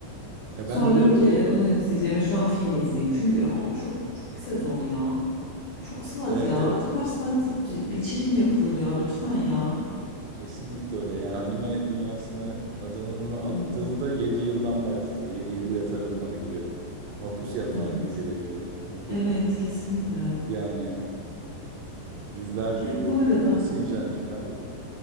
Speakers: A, on the right; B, on the left.
A: Ya
B: Sonra
A: bende
B: diyorum
A: de öyle
B: ki
A: oluyor.
B: "E, bunu izleyeceğime şu an film izleyeyim. Çünkü ya çok, çok sezon ya. Çok saat
A: Evet
B: ya.
A: evet
B: Bu kadar saat c- bir içerik mi yapılır ya? Lütfen ya.
A: Kesinlikle öyle. Yani anime dünyasına adımımı attığımda
B: Evet.
A: 7 yıldan başlıyor. 7 yıl yatarın var gibi. Mapus yatman
B: Evet.
A: gibi gerekiyor. Çünkü
B: Evet kesinlikle.
A: yani yüzlerce bölüm.
B: Bu arada
A: Nasıl incelenecek abi bu?